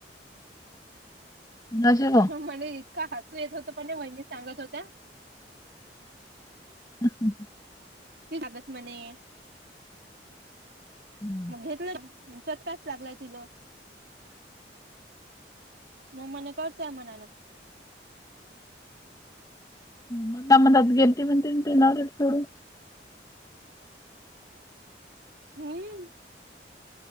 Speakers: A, on the left (about 20°); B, on the right (about 60°).
A: कुणाशी गं?
B: मला इतका हसू येत होत पण वैणी सांगत होत्या.
A: हम् हम्.
B: त सगत म्हणे.
A: हम्.
B: मग घेतलं चटकास लागलाय तिला म मने करतोय मनान
A: मंदा मंदात गेलती ना म्हणते ते नवऱ्याला सोडून
B: हम्म.